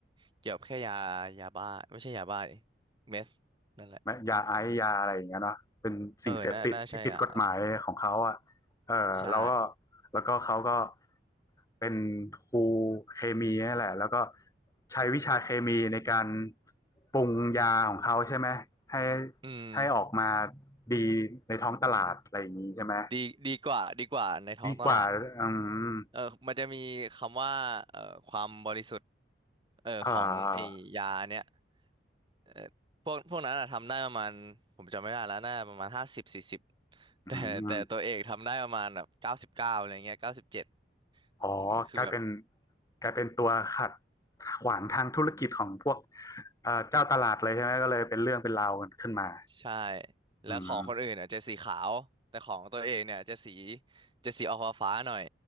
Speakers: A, on the right; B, on the left.
A: เกี่ยวกับแค่ยายาบ้าไม่ใช่ยาบ้าดิเมส นั่นแหละ
B: ไม่ยาไอซ์ยาอะไรอย่างเงี้ยเนาะเป็นสิ่งเสพติดที่ผิดกฎหมายของเขาอ่ะ
A: เออน่าน่าใช่อ่ะ
B: เออแล้วก็
A: ใช่
B: แล้วก็เขาก็เป็นครูเคมีนี่แหละแล้วก็ใช้วิชาเคมีในการปรุงยาของเขาใช่ไหมให้
A: อืม
B: ให้ออกมาดีในท้องตลาดอะไรอย่างนี้ใช่ไหม
A: ดีดีกว่าดีกว่าในท้องตลาด
B: ดีกว่าอืม
A: เออมันจะมีคำว่าเอ่อความบริสุทธิ์เออของไอ้ยาเนี้ย
B: อ่า
A: เออพวกพวกนั้นอะทำได้ประมาณผมจำไม่ได้แล้วน่าประมาณห้าสิบสี่สิบ <laughs>
B: อืม
A: แต่แต่ตัวเอกทำได้ประมาณแบบเก้าสิบเก้าอะไรเงี้ยเก้าสิบเจ็ด
B: อ๋อกลายเป็น
A: อืมคือแบบ
B: กลายเป็นตัวขัดขวางทางธุรกิจของพวกเอ่อเจ้าตลาดเลยใช่ไหมก็เลยเป็นเรื่องเป็นราวกันขึ้นมา
A: ใช่ แล้วของคนอื่นอะจะสีขาว
B: อืม
A: แต่ของตัวเองเนี่ยจะสีจะสีออกฟ้าๆหน่อย